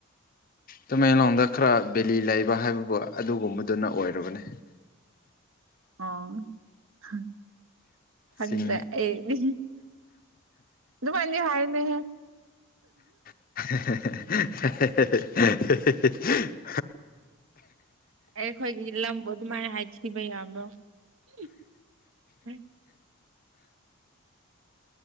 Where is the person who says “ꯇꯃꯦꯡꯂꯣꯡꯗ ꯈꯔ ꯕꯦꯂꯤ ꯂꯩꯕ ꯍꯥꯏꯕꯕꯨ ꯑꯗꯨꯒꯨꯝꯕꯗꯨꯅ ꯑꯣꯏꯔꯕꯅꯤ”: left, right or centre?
Left